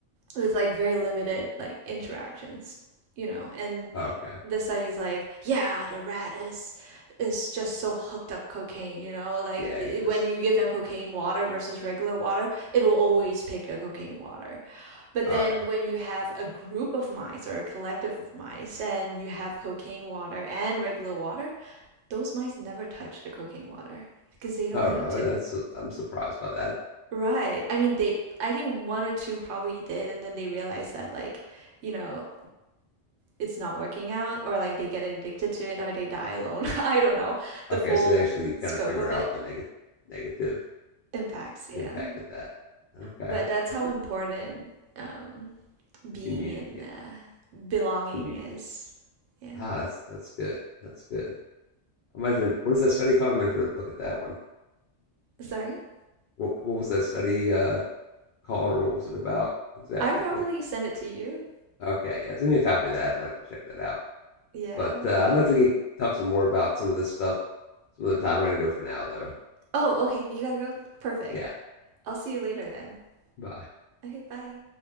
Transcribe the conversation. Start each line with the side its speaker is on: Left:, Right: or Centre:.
Right: with like very limited like interactions, you know, and
Left: Oh, okay.
Right: the study's like, yeah, the rat is is just so hooked up cocaine, you know, like
Left: Yeah,
Right: i
Left: he just.
Right: when you give them cocaine water versus regular water, it will always pick the cocaine water. But then
Left: Oh, yeah.
Right: when you have a group of mice or a collective of mice and you have cocaine water and regular water, those mice never touch the cocaine water because they don't
Left: Oh,
Right: need
Left: really?
Right: to.
Left: That's. I'm surprised by that.
Right: Right. I mean, they, I think one or two probably did, and then they realize that, like, you know, it's not working out, or like they get addicted to it, or they die alone. <laughs> I don't know the
Left: Okay,
Right: full
Left: so they actually kind
Right: scope
Left: of figure
Right: of
Left: out
Right: it
Left: the neg- negative
Right: impacts. Yeah.
Left: impact of that. Okay,
Right: But that's how important um, being
Left: community
Right: in uh, belonging
Left: communities.
Right: is. Yeah.
Left: Ah, that's that's good. That's good. I might should, what is that study called? I might should look at that one.
Right: Sorry.
Left: What, what was that study uh, called, or what was it about exactly?
Right: I probably
Left: Like,
Right: send it to you.
Left: okay, yeah, send me a copy of that. I'd like to check that out.
Right: Yeah.
Left: But uh, I'd like to get talk some more about some of this stuff some other time. I'm gonna go for now, though.
Right: Oh, okay. You gotta go. Perfect.
Left: Yeah,
Right: I'll see you later then.
Left: bye.
Right: Okay, bye.